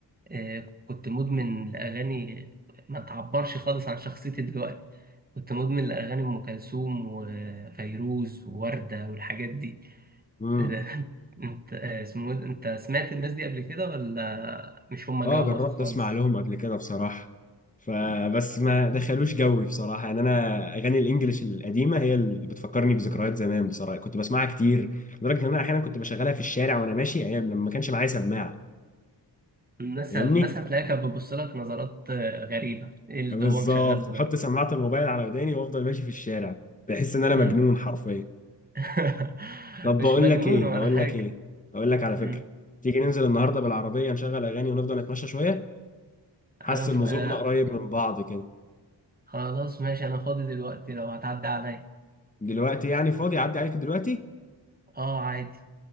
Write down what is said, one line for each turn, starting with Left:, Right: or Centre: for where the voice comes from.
Right: آه، كنت مدمن لاغاني ما تعبرش خالص عن شخصيتي دلوقتي كنت مدمن لاغاني ام كلثوم وفيروز ووردة والحاجات دي
Left: امم
Right: <laughs> انت اسمه إيه ده؟ انت سمعت الناس دي قبل كده ولا مش هم
Left: اه
Right: جوك
Left: جربت
Right: خالص
Left: اسمع لهم قبل كده بصراحه فبس ما دخلوش جوي بصراحه يعني انا اغاني الانجليش القديمه هي اللي بتفكرني بذكريات زمان بصراحه كنت بسمعها كتير لدرجه ان انا احيانا كنت بشغلها في الشارع وانا ماشي ايام لما ما كانش معايا سماعه
Right: الناس
Left: فاهمني
Right: الناس هتلاقيها كانت بتبص لك نظرات آه، غريبة ايه اللي
Left: بالظبط
Right: هو مشغله ده
Left: احط سماعه الموبايل على وداني وافضل ماشي في الشارع بحس ان انا
Right: مم.
Left: مجنون حرفيا
Right: <laughs>
Left: طب بقول
Right: مش مجنون
Left: لك ايه
Right: ولا
Left: بقول
Right: حاجة
Left: لك ايه بقول لك على
Right: مم.
Left: فكره تيجي ننزل النهارده بالعربيه نشغل اغاني ونفضل نتمشى شويه حاسس
Right: انا
Left: ان
Right: ف... آه،
Left: ذوقنا قريب من بعض كده
Right: خلاص ماشي انا فاضي دلوقتي لو هتعدي عليا
Left: دلوقتي يعني فاضي اعدي عليك دلوقتي
Right: اه عادي